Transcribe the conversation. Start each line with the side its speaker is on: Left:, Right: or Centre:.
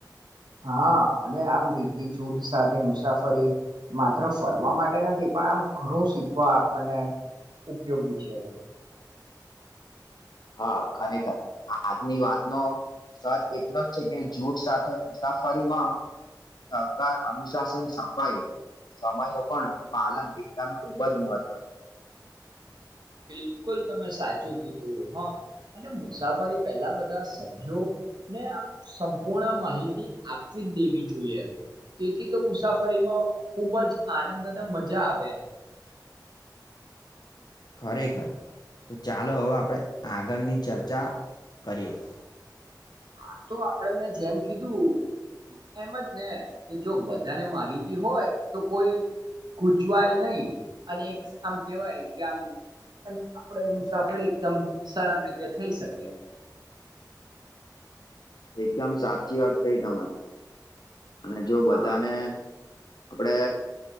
Right: હા અને આમ રીતિ જૂઠ સાથે મુસાફરી માત્ર ફરવા માટે નથી. પણ આમ ઘણું શીખવા આપણને ઉપયોગી છે.
Left: હા ખરેખર, આજની વાતનો સર એટલો જ છે કે જૂથ સાથે મુસાફરીમાં સકાર, અનુશાસન, સફાઈ સમયનું પણ પાલન થતાનું ખુબ જ મહત્વ છે.
Right: બિલકુલ તમે સાચું કીધ હા અને મુસાફરી પહેલા બધા સભ્યો ને આમ સંપૂર્ણ માહિતી આપવી જ દેવી જોઈએ એમ. તેથી તો મુસાફરીમાં ખુબ જ આનંદ અને મજા આવે.
Left: ખરેખર. તો ચાલો હવે આપણે આગળની ચર્ચા કરીએ.
Right: આ તો આપડે મેં જેમ કીધું એમ જ ને કે જો બધાને માહિતી હોય તો કોઈ ખૂચવાય નહી અને આમ કેવાય કે આમ એમ આપણે મુસાફરી એકદમ સરળ રીતે થઈ શકે.
Left: એકદમ સાચી વાત કહી તમે. અને જો બધાને
Right: હા
Left: આપડે